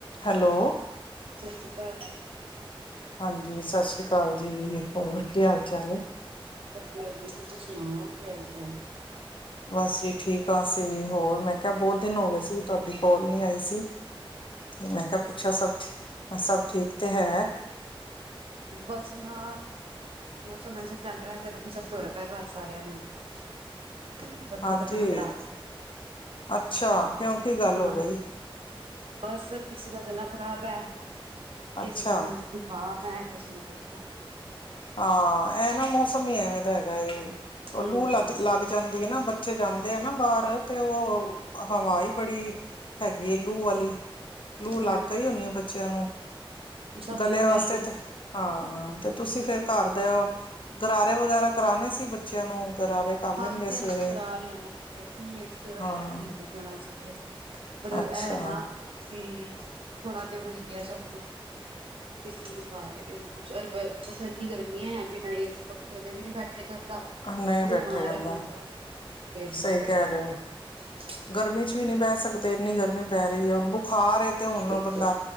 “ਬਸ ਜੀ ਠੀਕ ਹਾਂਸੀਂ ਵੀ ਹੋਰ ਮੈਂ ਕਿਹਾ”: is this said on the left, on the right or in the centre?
Left